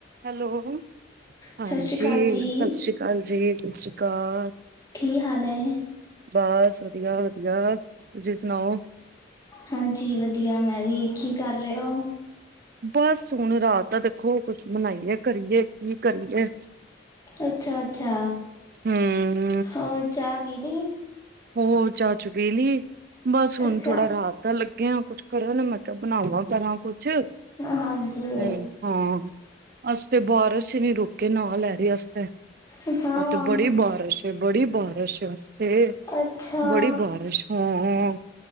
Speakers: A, on the right; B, on the left.
A: Hello, ਹਾਂਜੀ
B: ਸਤਿ ਸ਼੍ਰੀ ਅਕਾਲ ਜੀ।
A: ਸਸ ਸ਼੍ਰੀ ਕਾਲ ਜੀ। ਸਸ ਸ਼੍ਰੀ ਕਾਲ।
B: ਕੀ ਹਾਲ ਐ?
A: ਬਸ ਵਧੀਆ, ਵਧੀਆ ਤੁਸੀ ਸੁਣਾਔ?
B: ਹਾਂਜੀ ਵਧੀਆ ਮੈਂ ਵੀ। ਕੀ ਕਰ ਰੇ ਔ?
A: ਬਸ ਹੁਣ ਰਾਤ ਦਾ ਦੇਖੋ ਕੁਛ ਬਨਾਈਏ, ਕਰੀਏ, ਕੀ ਕਰੀਏ।
B: ਅੱਛਾ-ਅੱਛਾ
A: ਹੂੰ।
B: ਹੋਰ ਚਾ ਪੀ ਲੀ?
A: ਹੋਰ ਚਾ ਚੁ ਪੀੇ ਲੀ ਬਸ ਹੁਣ
B: ਅੱਛਾ,
A: ਥੋੜਾ ਰਾਤ ਦਾ ਲੱਗੇ ਆ ਕੁਛ ਕਰਨ ਮੈਂ ਕਿਆ ਬਣਾਵਾਂ ਕਰਾ ਕੁ ਛ
B: ਹਾਂਜੀ,
A: ਤੇ ਹਾਂ। ਅੱਜ ਤੇ ਬਾਰਸ਼ ਈ ਨੀ ਰੁਕ ਕੇ ਨਾਂ ਲੈ ਰੀ ਅੱਜ ਤੇ।
B: ਹਾਂ,
A: ਆ ਤੇ ਬੜੀ ਬਾਰਸ਼ ਏ, ਬੜੀ ਬਾਰਸ਼ ਏ ਅੱਜ ਤੇ
B: ਅੱਛਾ।
A: ਬੜੀ ਬਾਰਸ਼ ਹਾਂਅ